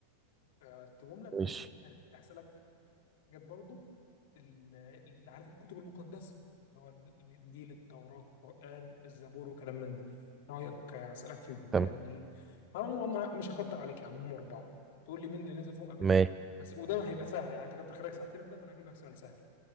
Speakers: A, on the left (about 55°); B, on the right (about 20°).
A: هكتبهم لك
B: ماشي
A: من حتة أسألك جت برضه ال- ال- عارف الكتب المقدسه اللي هو ال- الانجيل التوراه القران الزبور وكلام من ده رايك اسالك فيهم كده
B: تمام
A: مين اللي- هم هم مش هكتر عليك يا عم هم اربعه تقول لي مين اللي نزل فيهم قبل
B: ماشي
A: التاني بس وده ما هيبقى سهل يعني انت كنت خارج ساعتين في ده فانا هجيب لك سؤال سهل